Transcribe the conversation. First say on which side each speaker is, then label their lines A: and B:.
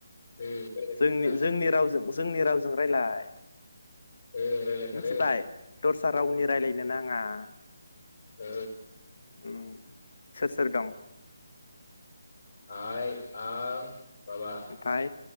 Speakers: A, on the left; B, on the left.
A: ओं रायलायखादोंना
B: जोंनि जोंनि रावजों जोंनि रावजों रायजलाय
A: ओं रायलायखादों
B: मिथिबाय दस्रा रावनि राय्लायनो नाङा। <inaudible>
A: ओ
B: उम सोर सोर दं?
A: आइ, आं बाबा।
B: ओमफाय